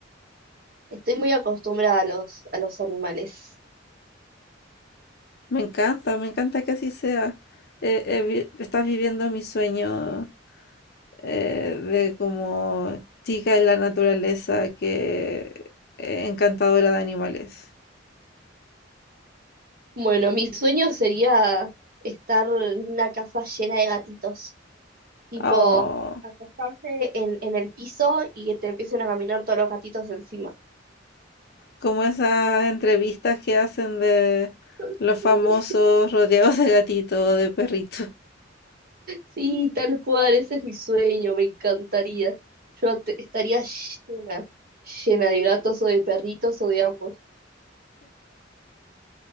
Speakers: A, on the right (about 50°); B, on the left (about 55°).
A: estoy muy acostumbrada a los, a los animales.
B: Me encanta, me encanta que así sea. Eh, eh, vi- estás viviendo mi sueño eh, de como chica en la naturaleza que eh, encantadora de animales.
A: Bueno, mi sueño sería estar en una casa llena de gatitos, tipo
B: Oh.
A: acostarse en, en el piso y que te empiecen a caminar todos los gatitos encima.
B: Como esas entrevistas que hacen de
A: <laughs>
B: los famosos rodeados de gatito o de perrito.
A: Sí, tal cual, ese es mi sueño, me encantaría. Yo te- estaría llena, llena de gatos o de perritos o de ambos.